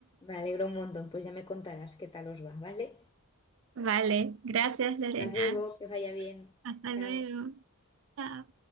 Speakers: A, on the left; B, on the right.
A: me alegro un montón, pues ya me contarás qué tal os va, ¿vale?
B: Vale, gracias Lorena.
A: Hasta luego, que vaya bien,
B: Hasta
A: chao.
B: luego. Chao.